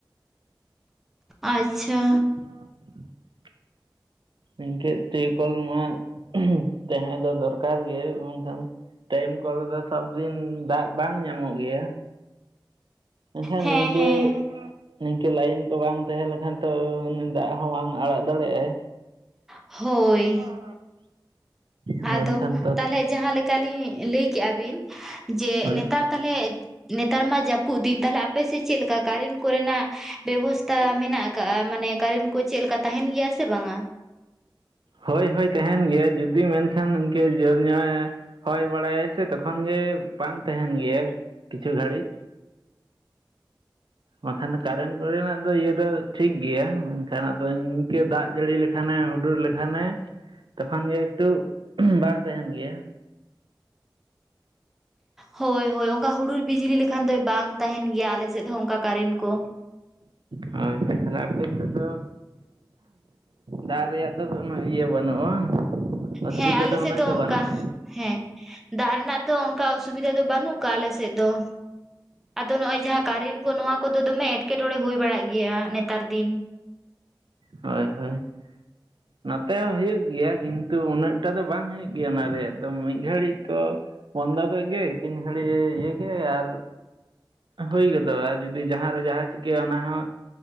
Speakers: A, in the centre; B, on the right.
A: ᱟᱪᱪᱷᱟ᱾
B: <inaudible> ᱱᱤᱝᱠᱟᱹ ᱴᱤᱭᱩ ᱠᱚᱞ ᱢᱟ ᱛᱟᱦᱮᱸ ᱫᱚ ᱫᱚᱨᱠᱟᱨ᱾ ᱫᱚᱠᱟᱨ ᱜᱮ ᱵᱟᱝᱠᱷᱟᱱ ᱴᱟᱭᱤᱢ ᱠᱚᱞ ᱨᱮᱫᱚ ᱥᱚᱵ ᱫᱤᱱ ᱫᱟᱜ ᱵᱟᱝ ᱧᱟᱢᱚᱜ ᱜᱮᱭᱟ᱾ ᱮᱠᱷᱟᱱ
A: ᱦᱮᱸ
B: ᱱᱤᱝᱠᱟᱹ
A: ᱦᱮᱸ
B: ᱱᱤᱝᱠᱟᱹ ᱞᱟᱭᱤᱱ ᱠᱚ ᱵᱟᱝ ᱛᱟᱦᱮᱸᱞᱮᱱ ᱠᱷᱟᱱ ᱛᱚ ᱩᱱᱤ ᱫᱟᱜ ᱦᱚᱸ ᱵᱟᱝ ᱟᱲᱟᱜ ᱫᱟᱲᱮᱜ-ᱟᱭ᱾
A: ᱦᱳᱭ᱾
B: <inaudible> ᱢᱮᱱᱠᱷᱟᱱ
A: ᱟᱫᱚ
B: ᱛᱚ
A: ᱛᱟᱦᱚᱞᱮ ᱡᱟᱦᱟᱸ ᱞᱮᱠᱟᱞᱤᱧ ᱞᱟᱹᱭ ᱠᱮᱜᱼᱟ ᱵᱤᱱ ᱡᱮ
B: ᱦᱳᱭ
A: ᱱᱮᱛᱟᱨ ᱛᱟᱦᱚᱞᱮ ᱱᱮᱛᱟᱨ ᱢᱟ ᱡᱟᱹᱯᱩᱫ ᱫᱤᱱ ᱛᱟᱦᱞᱮ ᱟᱯᱮᱥᱮᱫ ᱪᱮᱫ ᱞᱮᱠᱟ ᱠᱟᱨᱮᱱᱴ ᱠᱚᱨᱮᱱᱟᱜ ᱵᱮᱵᱚᱥᱛᱟ ᱢᱮᱱᱟᱜ ᱠᱟᱜ-ᱟ ᱢᱟᱱᱮ ᱠᱟᱨᱮᱱᱴ ᱠᱚ ᱪᱮᱫ ᱞᱮᱠᱟ ᱛᱟᱦᱮᱱ ᱜᱮᱭᱟ ᱥᱮ ᱵᱟᱝᱟ?
B: ᱦᱳᱭ ᱦᱳᱭ ᱛᱟᱦᱮᱱ ᱜᱮᱭᱟ ᱡᱩᱫᱤ ᱢᱮᱱᱠᱷᱟᱱ ᱤᱱᱠᱟᱹ ᱡᱳᱨ ᱧᱚᱜ ᱮ ᱦᱚᱭ ᱵᱟᱲᱟᱭᱟᱭ ᱥᱮ ᱛᱚᱠᱷᱚᱱ ᱜᱮ ᱵᱟᱝ ᱛᱟᱦᱮᱱ ᱜᱮᱭᱟ ᱠᱤᱪᱷᱩ ᱜᱷᱟᱹᱲᱤᱡ᱾ ᱵᱟᱠᱷᱟᱱ ᱫᱚ ᱠᱟᱨᱮᱱᱴ ᱠᱚᱨᱮᱱᱟᱜ ᱫᱚ ᱤᱭᱟᱹ ᱫᱚ ᱴᱷᱤᱠ ᱜᱮᱭᱟ ᱢᱮᱱᱠᱷᱟᱱ ᱟᱫᱚ ᱤᱱᱠᱟᱹ ᱫᱟᱜ ᱡᱟᱹᱲᱤ ᱞᱮ ᱠᱷᱟᱱᱮ ᱦᱩᱰᱩᱨ ᱞᱮᱠᱷᱟᱱᱮ ᱛᱚᱠᱷᱚᱱ ᱜᱮ ᱮᱠᱴᱩ ᱵᱟᱝ ᱛᱟᱦᱮᱱ ᱜᱮᱭᱟ᱾
A: ᱦᱳᱭ ᱦᱳᱭ ᱚᱱᱠᱟ ᱦᱩᱲᱩᱨ ᱵᱤᱡᱽᱞᱤ ᱞᱮᱠᱷᱟᱱ ᱫᱚ ᱵᱟᱝ ᱛᱟᱦᱮᱱ ᱜᱮᱭᱟ ᱟᱞᱮ ᱥᱮᱫ ᱦᱚᱸ ᱚᱱᱠᱟ ᱠᱟᱨᱮᱱᱴ ᱠᱚ᱾
B: ᱦᱳᱭ ᱦᱳᱭ ᱛᱟᱦᱮ ᱟᱯᱮ ᱥᱮᱫ ᱫᱚ ᱫᱟᱜ ᱨᱮᱭᱟᱜ ᱫᱚ ᱠᱳᱱᱳ ᱤᱭᱟᱹ ᱵᱟᱹᱱᱩᱜᱼᱟ ᱵᱟᱝ, ᱚᱥᱩᱵᱤᱫᱟ
A: ᱦᱮᱸ ᱟᱞᱮ
B: ᱫᱚ
A: ᱥᱮᱫ
B: ᱩᱱᱟᱹᱜ ᱫᱚ
A: ᱚᱱᱠᱟ
B: ᱵᱟᱹᱱᱩᱜᱼᱟ᱾
A: ᱦᱮᱸ, ᱫᱟᱜ ᱨᱮᱱᱟᱜ ᱛᱚ ᱚᱝᱠᱟ ᱚᱥᱩᱵᱤᱫᱷᱟ ᱫᱚ ᱵᱟᱹᱱᱩᱜ ᱠᱟᱜᱼᱟ ᱟᱞᱮ ᱥᱮᱫ ᱫᱚ ᱾ ᱟᱫᱚ ᱱᱚᱜᱼᱚᱭ ᱡᱟᱦᱟᱸ ᱠᱟᱨᱮᱱ ᱠᱚ ᱱᱚᱣᱟ ᱠᱚᱫᱚ ᱫᱚᱢᱮ ᱮᱴᱠᱮᱴᱚᱬᱮ ᱦᱩᱭ ᱵᱟᱲᱟᱜ ᱜᱮᱭᱟ ᱱᱮᱛᱟᱨ ᱫᱤᱱ᱾
B: ᱦᱚᱭ ᱦᱚᱭ ᱾ ᱱᱚᱛᱮ ᱦᱚᱸ ᱦᱩᱭᱩᱜ ᱜᱮᱭᱟ, ᱠᱤᱱᱛᱩ ᱩᱱᱟᱹᱜ ᱴᱟ ᱫᱚ ᱵᱟᱝ ᱦᱩᱭᱩᱜ ᱜᱮᱭᱟ ᱚᱱᱟ ᱨᱮᱭᱟᱜ ᱫᱚ ᱢᱤᱫ ᱜᱷᱟᱹᱲᱤᱡ ᱠᱚ ᱵᱚᱱᱫᱚ ᱠᱮᱜ ᱜᱮ ᱛᱤᱱ ᱜᱷᱟᱹᱲᱤᱡ ᱮ ᱤᱭᱟᱹ ᱜᱮ ᱟᱨ ᱦᱩᱭ ᱜᱚᱫᱚᱜᱼᱟ ᱟᱨ ᱡᱩᱫᱤ ᱡᱟᱦᱟᱸ ᱨᱮ ᱡᱟᱦᱟᱸ ᱪᱤᱠᱟᱹᱜᱼᱟ ᱚᱱᱟ ᱦᱚᱸ